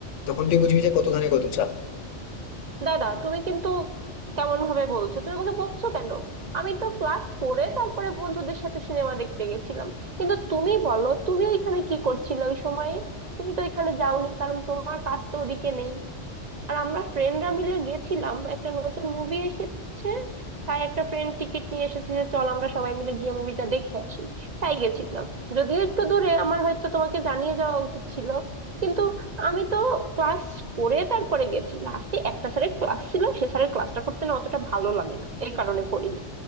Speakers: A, on the left; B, on the right.
A: তখন তুই বুঝবি যে কত ধানে কত চাল
B: দাদা তুমি কিন্তু কেমন ভাবে বলছো তুমি আমাকে বকছো কেন আমি তো ক্লাস করে তারপরে বন্ধুদের সাথে সিনেমা দেখতে গেছিলাম কিন্তু তুমি বলো তুমি ওইখানে কি করছিলে ওই সময়ে তুমি তো এখানে যাওনি কারণ তোমার কাজ তো ওদিকে নেই আর আমরা ফ্রেন্ডরা মিলে গেছিলাম একটা নতুন মুভি এসেছে তাই একটা ফ্রেন্ড টিকিট নিয়ে এসেছে যে চল আমরা সবাই মিলে গিয়ে মুভিটা দেখে আসি তাই গেছিলাম যদিও একটু দূরে আমার হয়তো তোমাকে জানিয়ে যাওয়া উচিত ছিল কিন্তু আমি তো ক্লাস করে তারপরে গেছি লাস্টে একটা স্যারের ক্লাস ছিল সে স্যারের ক্লাসটা করতে না অতটা ভালো লাগে না এই কারণে করিনি